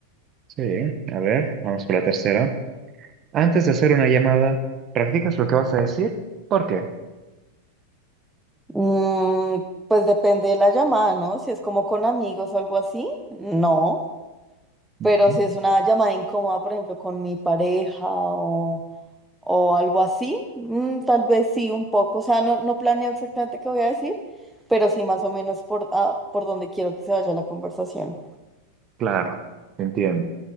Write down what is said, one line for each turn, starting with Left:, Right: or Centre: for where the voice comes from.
Right: sí, a ver, vamos por la tercera. Antes de hacer una llamada, ¿practicas lo que vas a decir? ¿Por qué?
Centre: Mm, pues depende de la llamada, ¿no? Si es como con amigos o algo así, no.
Right: Ujú,
Centre: Pero si es una llamada incómoda, por ejemplo, con mi pareja o, o algo así, mm, tal vez sí, un poco. O sea, no, no planeo exactamente qué voy a decir, pero sí más o menos por, ah por donde quiero que se vaya la conversación.
Right: Claro, te entiendo.